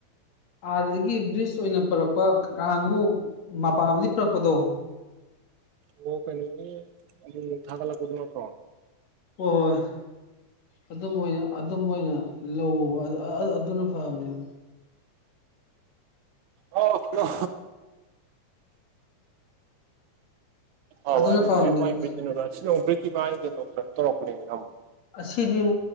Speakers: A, on the left; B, on the right.
A: ꯑꯥꯗꯒꯤ ꯕ꯭ꯔꯤꯁ ꯑꯣꯏꯅ ꯄꯔꯛꯄ ꯀꯥꯡꯕꯨ ꯃꯄꯗꯒꯤ ꯄꯔꯛꯄꯗꯣ <inaudible>
B: ꯑꯣ ꯀꯩꯅꯣꯅꯤ ꯎꯝ ꯊꯥꯒꯠꯂꯛꯄꯗꯨ ꯅꯠꯇ꯭ꯔꯣ
A: ꯍꯣꯏ ꯍꯣꯏ ꯑꯗꯨꯝꯕ ꯑꯣꯏꯅ ꯑꯗꯨꯝꯝꯕ ꯑꯣꯏꯅ ꯂꯧꯕ ꯑꯗꯨꯅ ꯐꯕꯅꯦꯕ
B: ꯑ ꯍꯂꯣ ꯑꯕ
A: ꯑꯗꯨꯅ
B: ꯑꯗꯨꯗ
A: ꯐꯕꯅꯦꯕ
B: ꯍꯦꯛ ꯃꯥꯏ ꯕ꯭ꯔꯤꯛꯀꯤ ꯁꯤ ꯅꯨꯛ ꯕ꯭ꯔꯤꯛꯀꯤ ꯃꯥꯒꯤꯩꯅꯣ ꯀꯩꯅꯣ ꯇꯧꯔꯛꯄꯅꯤꯗꯅ ꯑꯃꯨꯛ
A: ꯑꯁꯤꯗꯤꯨ